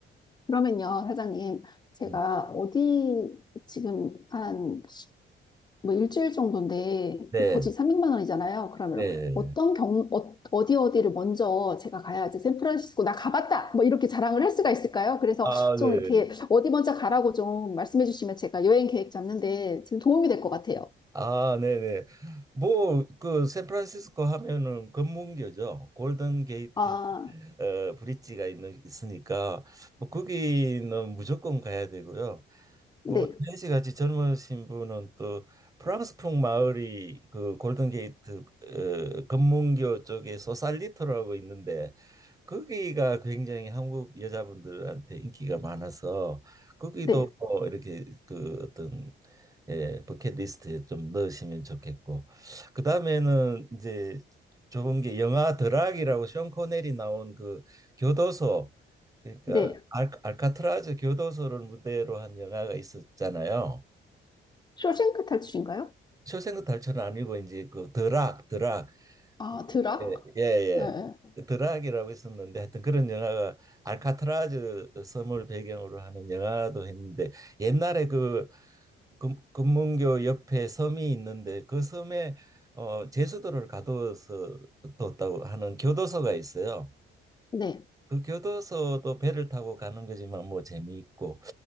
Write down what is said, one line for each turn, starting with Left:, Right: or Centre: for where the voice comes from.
Left: 그러면요, 사장님, 제가
Right: 음,
Left: 어디 지금 한 뭐 일주일 정도인데
Right: 네,
Left: 버짓 300만 원이잖아요. 그러면
Right: 네.
Left: 어떤 경, 어, 어디 어디를 먼저 제가 가야지 샌프란시스코 나 가봤다! 뭐 이렇게 자랑을 할 수가 있을까요? 그래서
Right: 아,
Left: 좀
Right: 네.
Left: 이렇게 어디 먼저 가라고 좀 말씀해 주시면 제가 여행 계획 잡는데 지금 도움이 될 것 같아요.
Right: 아, 네네. 뭐, 그, 샌프란시스코 하면은 금문교죠. 골든 게이트
Left: 아,
Right: 어, 브릿지가 있는, 있으니까, 뭐, 거기는 무조건 가야 되고요. 뭐,
Left: 네,
Right: 태희 씨 같이 젊으신 분은 또 프랑스풍 마을이 그 골든 게이트 어, 금문교 쪽에 소살리토라고 있는데, 거기가 굉장히 한국 여자분들한테 인기가 많아서 거기도
Left: 네,
Right: 뭐 이렇게 그 어떤 예, 버킷리스트에 좀 넣으시면 좋겠고 그 다음에는 이제 좋은 게 영화 드락이라고 션 코넬이 나온 그 교도소 그러니까
Left: 네.
Right: 알, 알카트라즈 교도소를 무대로 한 영화가 있었잖아요.
Left: 쇼생크 탈출인가요?
Right: 쇼생크 탈출은 아니고 이제 그 드락 드락
Left: 아,
Right: 그,
Left: 드락?
Right: 예, 예,
Left: 네, 네.
Right: 예. 드락이라고 있었는데 하여튼 그런 영화가 알카트라즈 섬을 배경으로 하는 영화도 했는데 옛날에 그 금, 금문교 옆에 섬이 있는데 그 섬에 어 제주도를 가둬서 뒀다고 하는 교도소가 있어요.
Left: 네.
Right: 그 교도소도 배를 타고 가는 거지만 뭐 재미있고